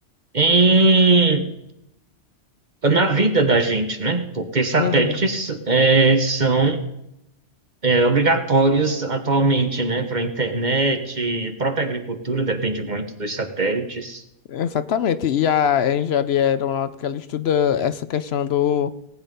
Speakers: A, on the right (about 40°); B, on the left (about 65°).
A: em, na vida da gente, né? Porque satélites
B: Uhum.
A: é, são é, obrigatórios atualmente, né? Para a internet, a própria agricultura depende muito dos satélites,
B: Exatamente. E a engenharia aeronáutica, ela estuda essa questão do,